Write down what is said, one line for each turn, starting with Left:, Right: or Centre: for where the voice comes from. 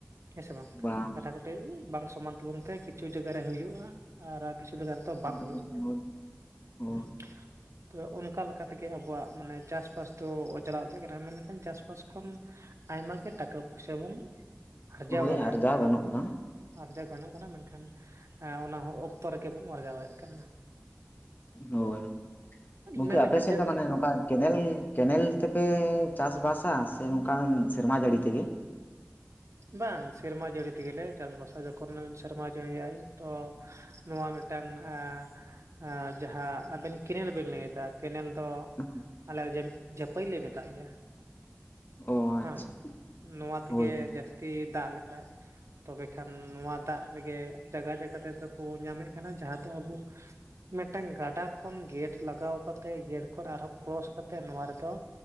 Right: ᱦᱮᱸ ᱥᱮ ᱵᱟᱝ ᱾
Left: ᱵᱟᱝ ᱾
Right: ᱠᱟᱴᱷᱟ ᱠᱟᱹᱴᱤᱡ ᱵᱟᱝ ᱥᱚᱢᱟᱱ ᱛᱟᱵᱚᱱ ᱛᱮ ᱠᱤᱪᱷᱩ ᱡᱟᱭᱜᱟ ᱨᱮ ᱦᱩᱭᱩᱜᱼᱟ ᱟᱨ ᱠᱤᱪᱷᱩ ᱡᱟᱭᱜᱟ ᱛᱚ ᱵᱟᱝ
Left: ᱦᱳᱭ
Right: ᱦᱩᱭᱩᱜ ᱜᱮᱭᱟ ᱾ <inaudible>
Left: ᱦᱳᱭ,
Right: ᱦᱩᱸ ᱾ ᱛᱚᱵᱮ ᱚᱱᱠᱟ ᱞᱮᱠᱟ ᱛᱮᱜᱮ ᱟᱵᱚᱣᱟᱜ ᱢᱟᱱᱮ ᱪᱟᱥᱵᱟᱥ ᱫᱚ ᱚ ᱪᱟᱞᱟᱣ ᱤᱫᱤᱜ ᱠᱟᱱᱟ ᱢᱮᱱᱠᱷᱟᱱ ᱪᱟᱥᱵᱟᱥ ᱠᱷᱚᱱ ᱟᱭᱢᱟ ᱜᱮ ᱴᱟᱠᱟ ᱯᱩᱭᱥᱟᱹ ᱵᱚᱱ ᱟᱨᱡᱟᱣ
Left: ᱦᱳᱭ
Right: ᱫᱟᱲᱮᱭᱟᱜᱼᱟ
Left: ᱟᱨᱡᱟᱣ
Right: ᱢᱮᱱᱠᱷᱟᱱ
Left: ᱜᱟᱱᱚᱜ ᱜᱮᱭᱟ
Right: ᱟᱨᱡᱟᱣ ᱜᱟᱱᱚᱜ ᱠᱟᱱᱟ ᱢᱮᱱᱠᱷᱟᱱ ᱮᱸᱻ ᱚᱱᱟ ᱦᱚᱸ ᱚᱠᱛᱚ ᱨᱮᱜᱮ ᱵᱚᱱ ᱟᱨᱡᱟᱣᱮᱫ ᱠᱟᱱᱟ ᱾
Left: ᱦᱳᱭ ᱜᱚᱝᱠᱮ
Right: ᱢᱮᱱ
Left: ᱟᱯᱮ
Right: ᱞᱮᱠᱷᱟᱱ
Left: ᱥᱮᱫ
Right: ᱡᱟᱥ
Left: ᱫᱚ ᱢᱟᱱᱮ ᱱᱚᱝᱠᱟ ᱠᱮᱱᱮᱞ ᱠᱮᱱᱮᱞ ᱛᱮᱯᱮ ᱪᱟᱥ ᱵᱟᱥᱟ ᱥᱮ ᱱᱚᱝᱠᱟᱱ ᱥᱮᱨᱢᱟ ᱡᱟᱹᱲᱤ ᱛᱮᱜᱮ?
Right: ᱵᱟᱝ, ᱥᱮᱨᱢᱟ ᱡᱟᱹᱲᱤ ᱛᱮᱜᱮ ᱞᱮ ᱪᱟᱥᱵᱟᱥᱟ ᱾ ᱡᱚᱠᱷᱚᱱ ᱥᱮᱨᱢᱟ ᱡᱟᱹᱲᱤᱭᱟᱭ ᱛᱚ ᱱᱚᱣᱟ ᱢᱤᱫᱴᱟᱝ ᱟᱸ ᱟᱸ ᱡᱟᱦᱟᱸ ᱟᱵᱮᱱ ᱠᱮᱱᱮᱞ ᱵᱮᱱ ᱞᱟᱹᱭ ᱮᱫᱟ ᱠᱮᱱᱮᱞ ᱫᱚ
Left: <inaudible>
Right: ᱟᱞᱮ ᱡᱟᱹ ᱡᱟᱹᱯᱟᱹᱭ ᱞᱮ ᱢᱮᱛᱟᱜ ᱜᱮᱭᱟ ᱾
Left: ᱚ ᱟᱪᱪᱷᱟ
Right: ᱦᱳᱭ ᱱᱚᱣᱟ ᱛᱮᱜᱮ
Left: ᱦᱳᱭ ᱦᱳᱭ
Right: ᱡᱟᱹᱥᱛᱤ ᱫᱟᱜ ᱞᱮᱠᱷᱟᱡ ᱛᱚᱵᱮ ᱠᱷᱟᱱ ᱱᱚᱣᱟ ᱫᱟᱜ ᱨᱮᱜᱮ ᱡᱟᱭᱜᱟ ᱡᱟᱭᱜᱟ ᱛᱮᱫᱚ ᱠᱚ ᱧᱟᱢᱮᱫ ᱠᱟᱱᱟ ᱡᱟᱦᱟᱸ ᱫᱚ ᱟᱵᱚ ᱢᱤᱫᱴᱟᱝ ᱜᱟᱰᱟ ᱠᱷᱚᱱ ᱜᱮᱴ ᱞᱟᱜᱟᱣ ᱠᱟᱛᱮᱜ ᱜᱮᱴ ᱠᱷᱚᱱ ᱟᱨᱦᱚᱸ ᱠᱨᱚᱥ ᱠᱟᱛᱮᱫ ᱱᱚᱣᱟ ᱨᱮᱫᱚ